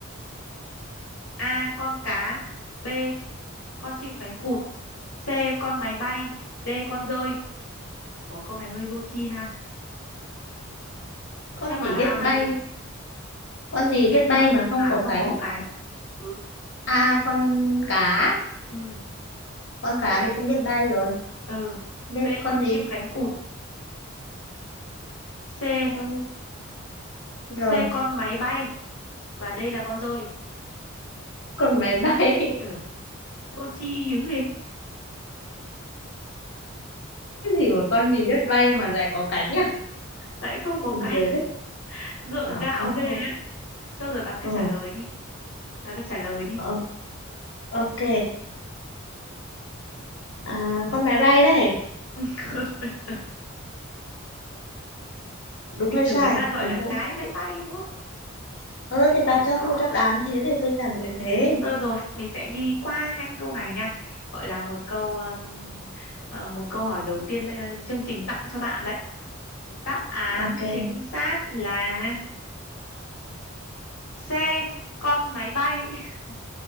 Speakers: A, on the left; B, on the left.
A: A. Con cá. B. Con chim cánh cụt. C. Con máy bay. D. Con dơi. Ủa, câu này hơi vô tri ha.
B: con
A: Theo bà
B: gì
A: đáp
B: biết
A: án
B: bay?
A: là gì?
B: Con
A: Con gì
B: gì
A: biết
B: biết bay
A: bay
B: mà không
A: mà
B: có
A: không
B: cánh?
A: có cánh? Ừ.
B: À, con cá.
A: Ừ.
B: Con cá
A: B.
B: thì không biết bay rồi.
A: Ừ.
B: Biết
A: B.
B: con
A: Con
B: gì?
A: chim cánh cụt. C.
B: Con rồi.
A: C. Con máy bay. Và D là con dơi.
B: Con máy bay. <laughs>
A: Ừ. Vô tri dữ gì?
B: Cái gì mà con gì biết bay mà lại có cánh nhá? <laughs>
A: Lại không có
B: Buồn
A: cánh.
B: cười đấy.
A: <laughs> Gượng
B: Ờ,
A: gạo
B: ờ,
A: ghê
B: ờ,
A: á. Thôi rồi bà cứ
B: ờ.
A: trả lời đi. bà cứ trả lời đi
B: Ờ, ok. À, con máy bay đây.
A: <laughs>
B: Đúng
A: bình
B: hay
A: thường
B: sai?
A: người ta gọi
B: Đúng
A: là
B: không?
A: cái máy bay đúng không
B: Ừ
A: hay
B: thì
A: gọi
B: bà
A: là
B: cho
A: con
B: tôi đáp
A: đó
B: án thế thì tôi trả lời thế.
A: thôi được rồi mình sẽ đi qua nhanh câu này nha gọi là một câu ừm, ờ, một câu hỏi đầu tiên ờ, chương trình tặng cho bạn đấy đáp án
B: Ok.
A: chính xác là C con máy bay <laughs>